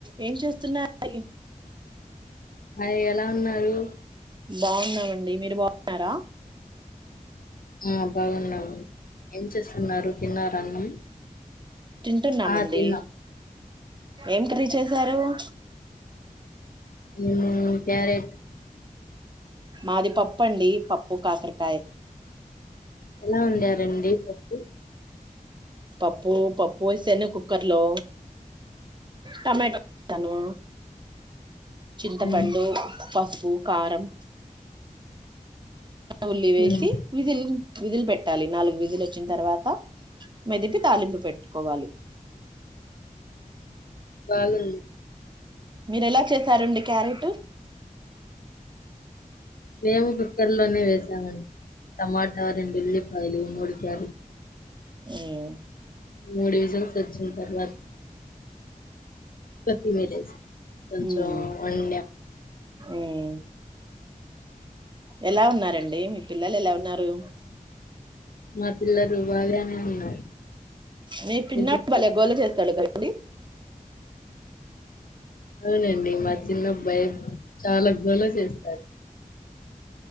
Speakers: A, on the right; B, on the left.
A: ఏం చేస్తున్నా <inaudible> యి.
B: హాయ్ ఎలా ఉన్నారు.
A: బాగున్నామండి, మీరు బాగున్నారా.
B: ఆ బాగున్నావు. ఏం చేస్తున్నారు, తిన్నారా అన్నం.
A: తింటున్నామండి.
B: ఆ తిన్నాం
A: ఏం కర్రీ చేశారు. <inaudible>
B: ఉమ్మ్ క్యారెట్. క
A: మాది పప్పన్డి, పప్పు కాకరకాయ్.
B: ఎలా ఉంది. రండి పప్పు.
A: పప్పు, పప్పు వేసానుని కుక్కర్ లో, టమటో వేసాను. చింతపండు.
B: ఉమ్
A: పసుపు, కారం. ఉల్లి వేసి,
B: ఉమ్
A: విజిల్. విజిల్ పెట్టాలి. నాలుగు విజిల్ ఓచ్చిన తర్వాత, మెదిపి తాలింపు పెట్టుకోవాలి.
B: బాగున్.
A: మీర్ ఎలా చేశారండి క్యారెటు.
B: మేము కుక్కర్ లోనే వేసా. ఉమ్ టమాటా, రెండు ఉల్లిపాయలు, మూడు క్యారెట్.
A: మ్మ్
B: మూడు విజిల్స్ వచ్చిన తర్వాత్ కొత్తిమీరేసి కొంచెం
A: మ్మ్.
B: ఒండామ్
A: మ్మ్ ఎలా ఉన్నారండి మీ పిల్లలు ఎలా ఉన్నారు
B: మా పిల్లలు బాగానే ఉన్నారు
A: మీ పిన్నప్
B: నిద్రపోతున్నారు
A: భలేె గోళ చేస్తాడు డి
B: అవునండి మా చిన్నబ్బాయి చాలా గోల చేస్తాడు